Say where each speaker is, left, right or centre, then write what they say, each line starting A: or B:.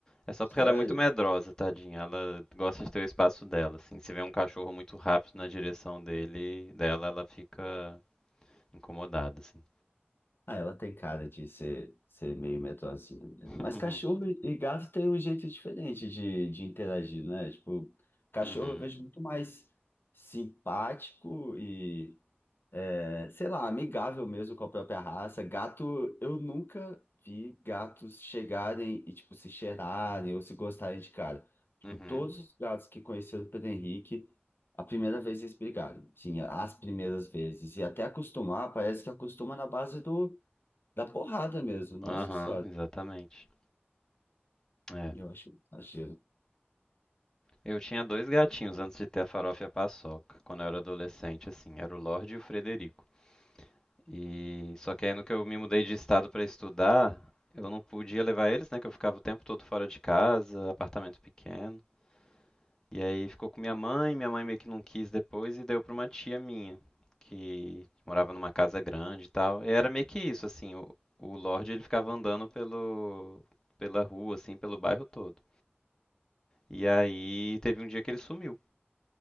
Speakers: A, on the left; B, on the left.
A: é só
B: sério.
A: porque ela é muito medrosa, tadinha. Ela gosta de ter o espaço dela, assim. Se vê um cachorro muito rápido na direção dele, dela, ela fica incomodada, assim.
B: Ah, ela tem cara de ser, ser meio medrosinha mesmo.
A: <laughs>
B: Mas cachorro e gato tem um jeito diferente de, de interagir, né? Tipo, cachorro
A: Uhum,
B: eu vejo muito mais simpático e. é, sei lá, amigável mesmo com a própria raça. Gato, eu nunca vi gatos chegarem e, tipo, se cheirarem ou se gostarem de cara. Tipo,
A: uhum.
B: todos os gatos que conheceram o Pedro Henrique, a primeira vez eles brigaram. Sim, as primeiras vezes. E até acostumar, parece que acostuma na base do, da porrada mesmo. Nossa
A: Aham,
B: Senhora,
A: exatamente. É.
B: eu acho um exagero.
A: Eu tinha dois gatinhos antes de ter a Farofa e a Paçoca, quando eu era adolescente, assim, era o Lorde e o Frederico. E só que aí no que eu me mudei de estado para estudar, eu não podia levar eles, né, que eu ficava o tempo todo fora de casa, apartamento pequeno. E aí ficou com minha mãe, minha mãe meio que não quis depois e deu para uma tia minha, que morava numa casa grande e tal. E era meio que isso, assim, o, o Lorde ele ficava andando pelo pela rua, assim, pelo bairro todo. E aí teve um dia que ele sumiu.